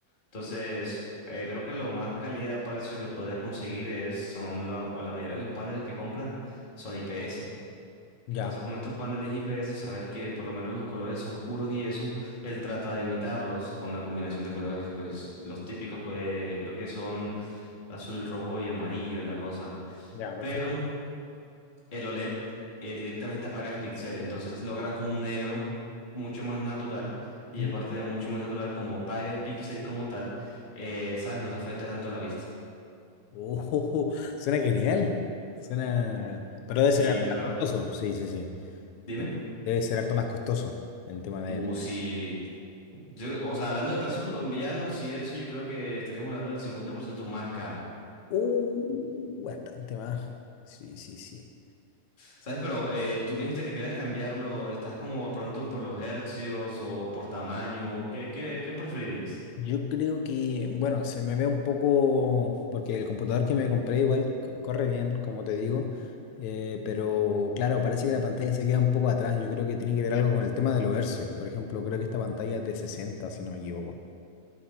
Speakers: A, on the left; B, on the left.
A: Entonces, eh, creo que lo más calidad precio que podrías conseguir es, son la, o la mayoría de los paneles que compran son IPS.
B: ya,
A: ¿Qué pasa con estos paneles IPS? Sabes que por lo menos los colores oscuros y eso, él trata de imitarlos con la combinación de colores, pues los típicos co- de- creo que son azul, rojo y amarillo es la cosa.
B: ya, perfecto.
A: Pero el OLED eh, directamente apaga el píxel, entonces logras un negro mucho más natural y
B: Mm.
A: aparte de mucho más natural, como apaga el píxel como tal, eh, sabes, no te afecta tanto la vista.
B: Oh, <laughs> suena genial. Suena. Pero debe
A: Sí,
B: ser harto
A: pero
B: más costoso. Sí, sí, sí.
A: Dime.
B: De- Debe ser harto más costoso en tema de.
A: Uh,
B: de-
A: sí. Yo, o sea, hablando de precios colombianos y eso, yo creo que estaríamos hablando del 50% más caro.
B: Uh, bastante más. Sí, sí, sí.
A: ¿Sabes? Pero eh, tú me dijiste que querías cambiarlo. ¿Estás como de pronto por los hercios o por tamaño? ¿Qué, qué, qué preferirías?
B: Yo creo que, bueno, se me ve un poco, porque el computador que me compré igual c- corre bien, como te digo, eh, pero claro, parece que la pantalla se queda un poco atrás. Yo creo que tiene que ver algo con el tema de los hercios. Por ejemplo, creo que esta pantalla es de 60, si no me equivoco.